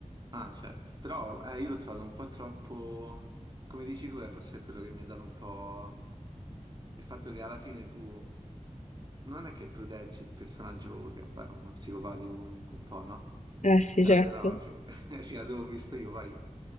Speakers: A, on the right; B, on the left.
A: Ah, certo, però eh, io l'ho trovato un po' troppo, come dici tu, eh, forse è quello che mi ha dato un po' il fatto che alla fine tu non è che proteggi il personaggio che vabbè, è uno psicopatico comunque un po', no?
B: Eh sì,
A: Cioè
B: certo.
A: almeno fi- <laughs> fino a dove ho visto io poi.